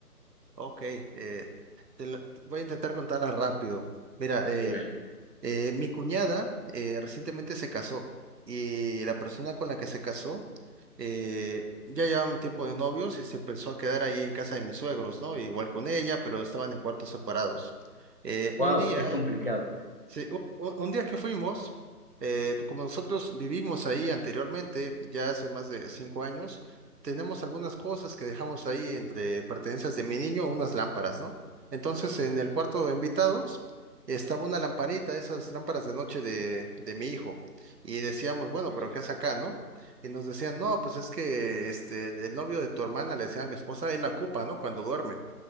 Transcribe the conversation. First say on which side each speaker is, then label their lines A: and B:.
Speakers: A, on the right; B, on the left.
A: Ok, eh, te la- voy a intentar contarla rápido. Mira, eh,
B: Y dale.
A: Eh, mi cuñada eh, recientemente se casó y la persona con la que se casó eh, ya llevaban tiempo de novios y se pensó a quedar ahí en casa de mis suegros, ¿no? Igual con ella, pero estaban en cuartos separados. Eh, un
B: Wow,
A: día
B: qué complicado.
A: Sí, u- u- un, día que fuimos, eh, como nosotros vivimos ahí anteriormente, ya hace más de cinco años, tenemos algunas cosas que dejamos ahí entre pertenencias de mi niño, unas lámparas, ¿no? Entonces, en
B: Sí,
A: el cuarto de invitados estaba una lamparita, esas lámparas de noche de, de mi hijo, y decíamos, bueno,
B: Listo.
A: pero ¿qué hace acá, no? Y nos decían, no, pues es que este, el el novio de tu hermana, le decía a mi esposa, él la ocupa, ¿no? Cuando duerme.